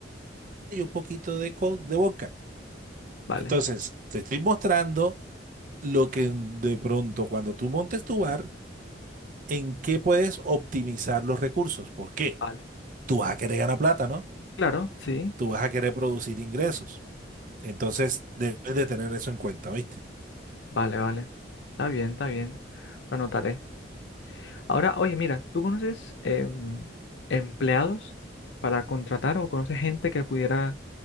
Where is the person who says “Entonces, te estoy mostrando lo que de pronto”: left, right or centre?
Right